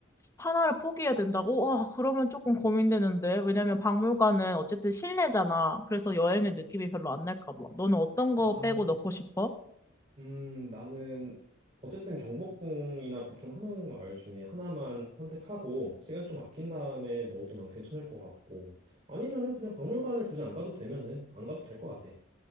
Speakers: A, on the left; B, on the right.
A: 하나를 포기해야 된다고? 와, 그러면 조금 고민되는데. 왜냐면 박물관은 어쨌든 실내잖아. 그래서 여행의 느낌이 별로 안 날까 봐. 너는 어떤 거
B: 아,
A: 빼고 넣고 싶어?
B: 음, 나는 어쨌든 경복궁이나 북촌 한옥마을 중에 하나만 선택하고 시간 좀 아낀 다음에 넣어도 난 괜찮을 것 같고 아니면은 그냥 박물관을 굳이 안 가도 되면은 안 가도 될 것 같아.